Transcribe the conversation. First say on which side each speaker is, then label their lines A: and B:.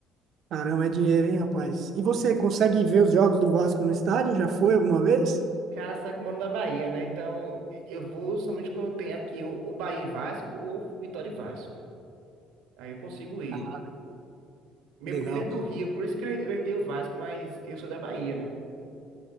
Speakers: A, on the right; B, on the right.
A: Caramba, é dinheiro, hein, rapaz? E você consegue ver os jogos do Vasco no estádio? Já foi alguma vez?
B: Cara, sabe que eu moro na Bahia, né? Então, eu vou somente quando tem aqui ou, ou Bahia e Vasco ou Vitória e Vasco. Aí eu consigo ir.
A: Ah,
B: Minha
A: legal.
B: família é do Rio, por isso que eu, eu herdei o Vasco, mas eu sou da Bahia, né?